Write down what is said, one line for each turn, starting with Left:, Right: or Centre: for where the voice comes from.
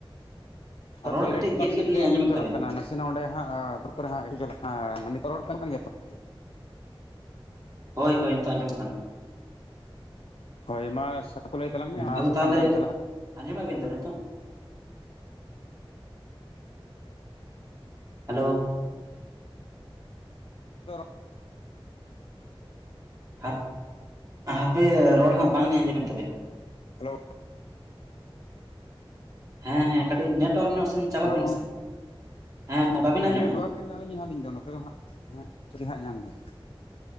Left: ᱦᱳᱭ
Right: ᱨᱚᱲ ᱠᱟᱹᱴᱤᱡ
Left: ᱱᱮᱴᱚᱣᱟᱨᱠ
Right: ᱜᱮᱫ
Left: ᱥᱮᱫ
Right: ᱜᱮᱫ ᱞᱤᱧ
Left: ᱜᱮᱞᱤᱧ
Right: ᱟᱸᱡᱚᱢᱮᱫ
Left: ᱪᱟᱞᱟᱜ
Right: ᱛᱟᱵᱮᱱᱟ
Left: ᱠᱟᱱᱟ᱾ ᱥᱮ ᱱᱚᱸᱰᱮ ᱦᱟᱸᱜ ᱫᱩᱨᱠ ᱨᱮ ᱦᱟᱸᱜ ᱮᱠᱪ ᱢᱟᱱ ᱱᱤᱛᱚ ᱨᱚᱲ ᱠᱚ ᱠᱟᱱ ᱜᱮᱭᱟ ᱛᱚ <unintelligible>
Right: ᱦᱳᱭᱻ ᱦᱳᱭᱻ, ᱱᱤᱛᱳᱜ ᱟᱸᱡᱚᱢᱚᱜ ᱠᱟᱱᱟ᱾
Left: ᱦᱳᱭ ᱢᱟ ᱠᱚ ᱞᱟᱹᱭ ᱛᱟᱞᱟᱝ ᱢᱮ ᱚᱱᱟ
Right: ᱟᱫᱚ
Left: ᱥᱟᱛᱟᱢ
Right: ᱛᱟᱦᱟᱞᱮ
Left: ᱨᱮᱞᱟᱝ ᱪᱟᱞᱟᱜᱼᱟ
Right: ᱟᱸᱡᱚᱢᱮᱫ ᱵᱤᱱ ᱛᱚ ᱱᱤᱛᱳᱜ? ᱦᱮᱞᱳᱻ᱾
Left: ᱡ <unintelligible> <unintelligible>
Right: ᱟᱨ ᱦᱟᱯᱮ ᱨᱚᱲ ᱦᱟᱸᱜ ᱵᱟᱝᱞᱤᱧ ᱟᱸᱡᱚᱢᱮᱫ ᱛᱟᱵᱤᱱᱟ?
Left: ᱦᱮᱞᱳᱻ᱾
Right: ᱦᱮᱸᱻ ᱦᱮᱸᱻ, ᱠᱟᱹᱴᱤᱡ ᱱᱮᱴᱚᱣᱟᱨᱠ ᱧᱚᱜ ᱥᱮᱱ ᱪᱟᱞᱟᱜ
Left: ᱦᱮᱞᱳ
Right: ᱵᱤᱱ ᱥᱮ ᱦᱮᱸ? ᱵᱟᱵᱤᱱ ᱟᱸᱡᱚᱢᱮᱫᱼᱟ
Left: ᱱᱮᱴᱣᱟᱨᱠ ᱜᱮ ᱢᱮᱱᱟᱜ ᱞᱤᱧᱟ ᱦᱟᱸᱜ ᱟᱞᱤᱧ ᱫᱚ ᱱᱚᱛᱮ ᱫᱚ ᱦᱟᱸᱜ ᱴᱷᱤᱠ ᱜᱮ ᱦᱟᱸᱜ ᱧᱟᱢ ᱫᱟᱭ᱾